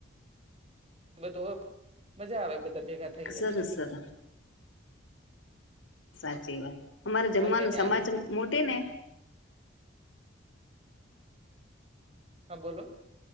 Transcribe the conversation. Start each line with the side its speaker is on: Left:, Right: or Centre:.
Right: ઈ બધું હોય. મજા આવે બધા ભેગા થઈએ
Left: હા સરસ
Right: એટલે
Left: સર. સાચી વાત. અમારે જમવાનું
Right: હા જેને
Left: સમાજ
Right: હા
Left: મોટે ને
Right: હા બોલો.